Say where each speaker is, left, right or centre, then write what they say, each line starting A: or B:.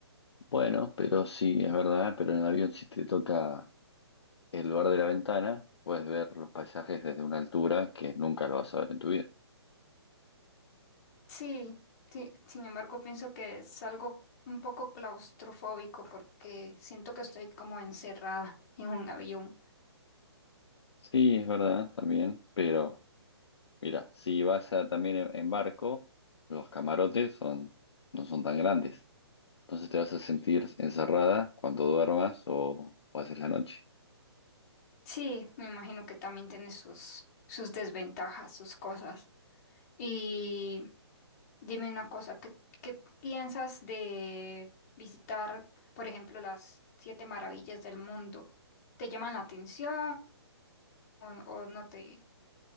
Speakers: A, on the left (about 70°); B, on the left (about 35°).
A: Bueno, pero sí, es verdad, pero en el avión si te toca el lugar de la ventana, puedes ver los paisajes desde una altura que nunca lo vas a ver en tu vida.
B: Sí, sí, sin embargo, pienso que es algo un poco claustrofóbico porque siento que estoy como encerrada <laughs> en un avión.
A: Sí, es verdad, también, pero Mira, si vas a- también en, en barco, los camarotes son, no son tan grandes. Entonces te vas a sentir encerrada cuando duermas o, o haces la noche.
B: Sí, me imagino que también tiene sus, sus desventajas, sus cosas. Y Dime una cosa, ¿qué, qué piensas de visitar, por ejemplo, las siete maravillas del mundo? ¿Te llaman la atención o, o no te...?